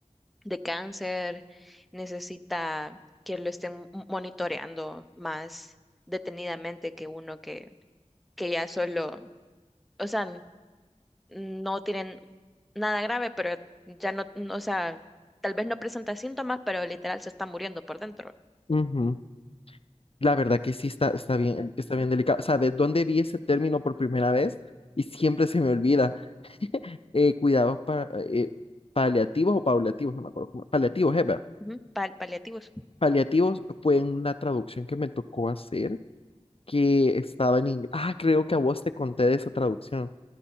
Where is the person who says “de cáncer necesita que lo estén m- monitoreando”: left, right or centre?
Centre